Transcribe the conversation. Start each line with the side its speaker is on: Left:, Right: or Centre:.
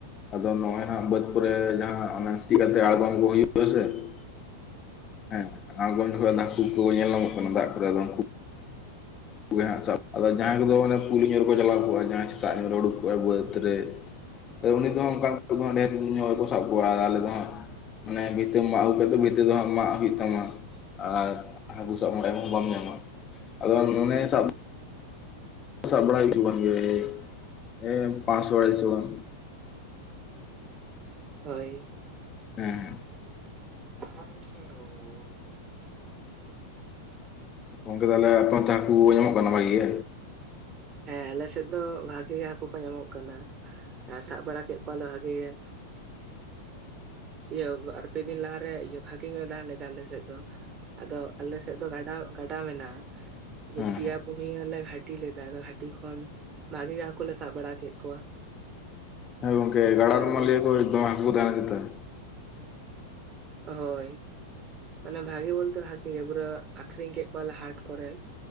Left: ᱟᱫᱚ ᱱᱚᱜ-ᱚᱭ ᱦᱟᱸᱜ ᱵᱟᱹᱫ ᱠᱚᱨᱮ ᱡᱟᱦᱟᱸᱱᱟᱜ ᱚᱱᱮ ᱥᱤ ᱠᱟᱛᱮ ᱟᱲᱜᱚᱢ ᱟᱹᱜᱩ ᱦᱩᱭᱩᱜ ᱦᱳᱭ ᱥᱮ ᱦᱮᱸ ᱟᱬᱜᱚᱢ ᱡᱚᱠᱷᱚᱡ ᱦᱟᱹᱠᱩ ᱠᱚ ᱧᱮᱞ ᱧᱟᱢᱚᱜ ᱠᱟᱱᱟ ᱫᱟᱜ ᱠᱚᱨᱮ ᱟᱫᱚ ᱩᱝᱠᱩ, ᱦᱟᱸᱜ ᱥᱟᱵ ᱟᱫᱚ ᱡᱟᱦᱟᱸᱭ ᱠᱚᱫᱚ ᱚᱱᱮ ᱯᱤᱞᱤ ᱦᱟᱸᱜ <unintelligible> ᱥᱟᱵ ᱟᱫᱚ ᱡᱟᱦᱟᱸᱭ ᱠᱚᱫᱚ ᱚᱱᱮ ᱯᱩᱞᱤ ᱧᱮᱞ ᱠᱚ ᱪᱟᱞᱟᱣ ᱠᱚᱜ-ᱟ ᱡᱟᱦᱟᱸᱭ ᱥᱮᱛᱟᱜ ᱧᱚᱜ ᱨᱮ ᱩᱰᱩᱠ ᱠᱚᱜ-ᱟᱭ ᱵᱟᱹᱫ ᱨᱮ ᱩᱱᱤ ᱠᱚᱦᱚᱸ ᱚᱝᱠᱟ ᱫᱚ ᱦᱟᱸᱜ ᱰᱷᱮᱨᱧᱚᱜ‌‌ ᱜᱮᱠᱚ ᱥᱟᱵ ᱠᱚᱣᱟ ᱟᱨ ᱟᱞᱮ ᱫᱚ ᱦᱟᱸᱜ ᱢᱟᱱᱮ ᱵᱷᱤᱛᱟᱹᱢ ᱢᱟᱜ ᱟᱹᱜᱩ ᱠᱟᱛᱮᱫ ᱵᱷᱤᱛᱟᱹ ᱫᱚ ᱦᱟᱸᱜ ᱢᱟᱜ ᱦᱩᱭᱩᱜ ᱛᱟᱢᱟ ᱟᱨ ᱦᱟᱹᱠᱩ ᱥᱟᱵ ᱢᱚᱱᱮᱦᱚ ᱵᱟᱢ ᱧᱟᱢᱟ ᱟᱫᱚ ᱢᱚᱱᱮᱭ ᱥᱟᱵ ᱥᱟᱵ ᱵᱟᱲᱟᱭ ᱦᱩᱭᱩᱜ ᱠᱟᱱ ᱜᱮᱭᱟ ᱦᱮᱸ ᱯᱟᱥᱚ ᱫᱚ ᱟᱲᱟᱭ ᱥᱚ ᱜᱟᱱ
Right: ᱦᱳᱭ
Left: ᱦᱮᱸᱻ
Right: <unintelligible>
Left: ᱜᱚᱢᱠᱮ ᱛᱟᱦᱚᱞᱮ ᱟᱯᱮ <unintelligible> ᱠᱚ ᱧᱟᱢᱚᱜ ᱠᱟᱱᱟ ᱵᱷᱟᱜᱮ?
Right: ᱦᱮᱸ ᱟᱞᱮ ᱥᱮᱫ ᱫᱚ ᱵᱷᱟᱜᱤ ᱜᱮ ᱦᱟᱹᱠᱩ ᱠᱚ ᱧᱟᱢᱚᱜ ᱠᱟᱱᱟ, ᱥᱟᱵ ᱵᱟᱲᱟ ᱠᱮᱫ ᱠᱚᱣᱟᱞᱮ ᱵᱷᱟᱜᱤ ᱜᱮ᱾ ᱤᱭᱟᱹ ᱵᱟᱨ ᱯᱮ ᱫᱤᱱ ᱞᱟᱦᱟᱨᱮ ᱵᱷᱟᱜᱤ ᱜᱮ ᱫᱟᱜ ᱞᱮᱫᱟᱭ ᱟᱞᱮ ᱥᱮᱫ ᱫᱚ᱾ ᱟᱫᱚ ᱟᱞᱮ ᱥᱮᱫ ᱫᱚ ᱜᱟᱰᱟ, ᱜᱟᱰᱟ ᱢᱮᱱᱟᱜᱼᱟ ᱟᱫᱚ
Left: ᱦᱮᱸ
Right: ᱯᱮᱭᱟ ᱯᱩᱱᱤᱭᱟᱹ ᱞᱮ ᱜᱷᱟᱴ ᱴᱤ ᱞᱮᱫᱟ ᱦᱟᱹᱴᱤ ᱞᱮ ᱫ ᱦᱟᱹᱴᱤ ᱠᱷᱚᱱ ᱵᱷᱟᱜᱤ ᱜᱮ ᱦᱟᱹᱠᱩᱩᱞᱮ ᱥᱟᱵ ᱵᱟᱲᱟ ᱠᱮᱫ ᱠᱚᱣᱟ᱾
Left: ᱦᱮᱸ ᱜᱚᱝᱠᱮ ᱜᱟᱲᱟ
Right: ᱟᱨ
Left: ᱨᱮᱢᱟ ᱞᱤᱭᱟᱹᱠᱚ ᱫᱚᱢᱮ ᱦᱟᱹᱠᱩ ᱠᱚ ᱛᱟᱸᱦᱮ ᱠᱟᱱ ᱛᱟᱸᱦᱮ᱾
Right: ᱦᱳᱭ, ᱛᱟᱦᱞᱮ ᱵᱷᱟᱜᱤ ᱵᱚᱞᱛᱮ ᱵᱟᱷᱜ ᱤᱭᱟ ᱯᱩᱨᱟᱹ ᱟᱠᱷᱨᱤᱧ ᱠᱮᱫ ᱠᱚᱣᱟ ᱞᱮ ᱦᱟᱴ ᱠᱚᱨᱮ᱾